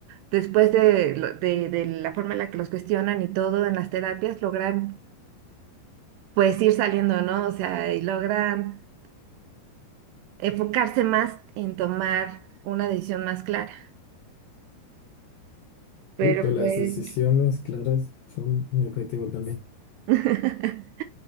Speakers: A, on the right; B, on the left.
A: después de, lo- de de la forma en la que los cuestionan y todo en las terapias, logran pues ir saliendo, ¿no? O sea, y logran enfocarse más en tomar una decisión más clara. Pero
B: Justo las
A: pues,
B: decisiones claras son mi objetivo también.
A: <laughs>